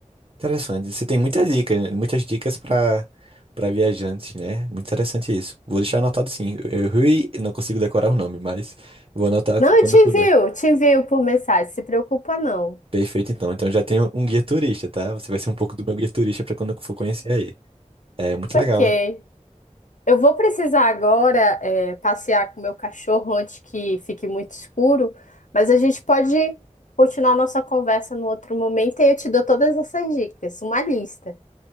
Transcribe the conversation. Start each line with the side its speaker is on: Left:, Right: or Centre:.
Right: Interessante. Você tem muitas dicas, muitas dicas para para viajantes, né? Muito interessante isso. Vou deixar anotado sim. Eu, eu Rui, não consigo decorar o nome, mas vou anotar
Left: Não,
Right: quando
Left: eu te envio,
Right: puder.
Left: te envio por mensagem, se preocupa não.
Right: Perfeito, então. Então eu já tenho um guia turista, tá? Você vai ser um pouco do meu guia turista para quando eu for conhecer aí. É muito
Left: Ok.
Right: legal, né?
Left: Eu vou precisar agora, é, passear com meu cachorro antes que fique muito escuro, mas a gente pode continuar nossa conversa no outro momento e eu te dou todas essas dicas, uma lista.